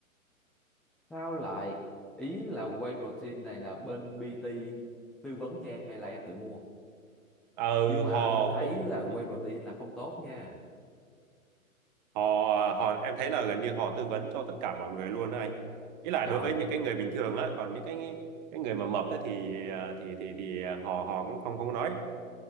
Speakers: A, in the centre; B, on the right.
A: Sao lại ý là whey protein này là bên PT tư vấn cho em hay là em tự mua?
B: ờ
A: Chứ mà
B: họ
A: anh thấy
B: cũng
A: là whey
B: ừ,
A: protein là không tốt nha.
B: họ họ em thấy là gần như họ tư vấn cho tất cả mọi người luôn đó anh ý là
A: Trời,
B: đối với những cái người bình thường á còn những cái cái người mà mập á thì ờ, thì thì thì ờ, họ họ cũng không không nói